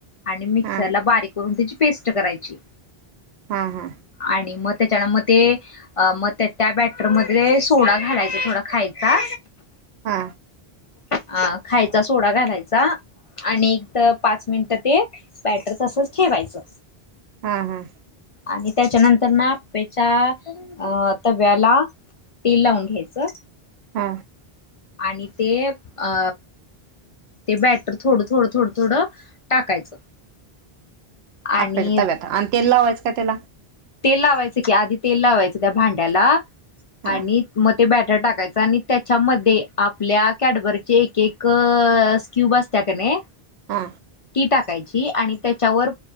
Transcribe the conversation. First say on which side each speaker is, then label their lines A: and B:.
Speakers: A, on the left (about 50°); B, on the right (about 80°).
A: आणि मग
B: हा
A: ला बारीक करून त्याची पेस्ट करायची
B: हा हा
A: आणि मग त्याच्यान मग ते मग त्या त्या बॅटरमध्येध सोडा घालायचा थोडा खायचा
B: हा
A: अ खायचा सोडा घालायचा आणि एक तर पाच मिनिटं ते बॅटर तसच ठेवायचं
B: हा हा
A: आणि त्याच्यानंतर ना आप्याच्या अता व्याला तेल लावून घ्यायचं
B: हा
A: आणि ते अ ते बॅटर थोडं थोडं थोडं थोडं टाकायचं आणि
B: आपे तव्या आता आणि तेल लावायचं का त्याला
A: तेल लावायचं की आधी तेल लावायचं त्या भांड्याला
B: हा
A: आणि मग ते बॅट टाकायचा आणि त्याच्यामध्ये आपल्या कॅडबरचे एक एक स्क्यूब असत का नाही
B: हा
A: की टा टय आणि त्याच्यावर